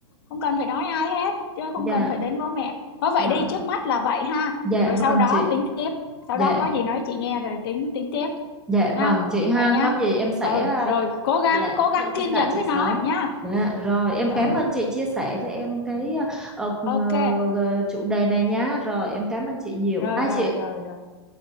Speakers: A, on the left; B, in the centre.
A: không cần phải nói ai hết, chứ không
B: dạ
A: cần phải đến bố mẹ. Thôi vậy
B: dạ
A: đi, trước mắt là vậy ha.
B: dạ
A: Rồi sau
B: vâng
A: đó
B: chị
A: tính tiếp, sau đó
B: dạ
A: có gì nói chị nghe rồi tính tính tiếp
B: dạ
A: ha.
B: vâng chị ha
A: Vậy nha.
B: có gì em sẽ
A: Ừ,
B: ờ,
A: rồi
B: t-
A: cố gắng
B: dạ
A: cố gắng
B: thông
A: kiên
B: tin lại
A: nhẫn
B: chị
A: với
B: sớm
A: nó nha.
B: dạ rồi em
A: Ừ,
B: cảm ơn chị chia sẻ cho em cái ờ, ờ,
A: ok.
B: ờ, chủ đề này nhá rồi em cảm ơn chị nhiều
A: Rồi
B: bye
A: rồi
B: chị
A: rồi rồi.